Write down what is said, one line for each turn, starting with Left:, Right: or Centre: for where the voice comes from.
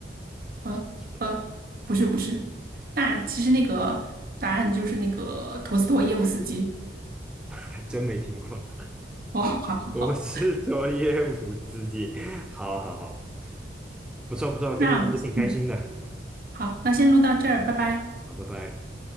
Right: 呃呃，
Centre: 什么什么的，
Right: 不是不是，那其实那个答案就是那个陀思妥耶夫斯基。
Centre: 还真没听过。
Right: 哦，好好好，
Centre: 我是佐耶夫斯基，好好好，不错不错，
Right: 那嗯，
Centre: 跟你玩的挺开心的，
Right: 好，那先录到这儿，拜拜。
Centre: 好，拜拜。